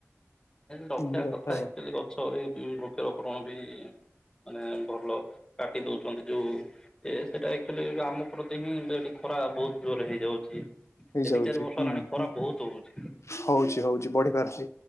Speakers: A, on the left; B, on the left.
A: ରଖିବା
B: ଏମିତି
A: କଥା
B: ଆଉ।
A: ଆଚୁଆଲି ଗଛ ଏଇ ବୃକ୍ଷ ରୋପଣ ବି। ମାନେ ଭଲ କାଟି ଦଉଛନ୍ତି ଯୋଉ। ଏ ସେଇଟା ଆଚୁଆଲି ଆମ ପ୍ରତି ହିଁ ଖରା ବହୁତ ଜୋରରେ ହେଇଯାଉଛି। ଏ
B: ହେଇଯାଉଛି
A: ଦୁଇ ଚାରି ବର୍ଷ
B: ହୁଁ
A: ହେଲାଣି ଖରା
B: ହୁଁ
A: ବହୁତ ଜୋରେ ହଉଛି।
B: ହଉଛି ହଉଛି ବଢିପାରୁଛି।